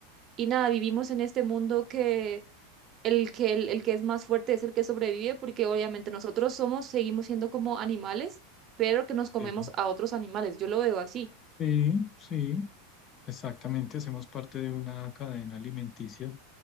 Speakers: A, on the right; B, on the left.
A: y nada, vivimos en este mundo que el que, el, el que es más fuerte es el que sobrevive, porque obviamente nosotros somos, seguimos siendo como animales, pero que nos comemos
B: sí,
A: a otros animales. Yo lo veo así.
B: sí, sí. Exactamente, hacemos parte de una cadena alimenticia.